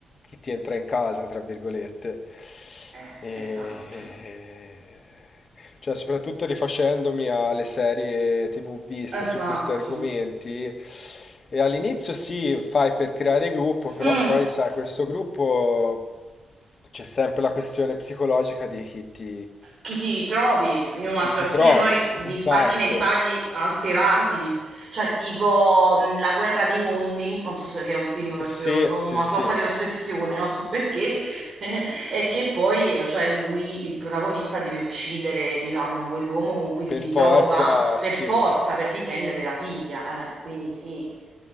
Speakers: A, on the left; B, on the right.
A: che ti entra in casa, tra virgolette.
B: Eh,
A: E,
B: esatto,
A: e- cioè, soprattutto rifacendomi alle serie TV viste
B: esatto.
A: su questi argomenti. E all'inizio sì, fai per creare gruppo, però
B: Mh.
A: poi sai, questo gruppo c'è sempre la questione psicologica di chi ti,
B: chi ti trovi in una
A: chi
B: situazione
A: ti trovi.
B: poi di
A: Esatto.
B: stati mentali alterati, cioè tipo mh, La guerra dei mondi, non so se che è un film per
A: Sì,
B: cui ho ho
A: sì,
B: una
A: sì.
B: sorta di ossessione, non so perché, <laughs> e che poi cioè lui, il protagonista, deve uccidere, diciamo, quell'uomo con cui si
A: Per
B: ritrova
A: forza,
B: per
A: sì,
B: forza,
A: sì.
B: per difendere la figlia, eh, quindi sì,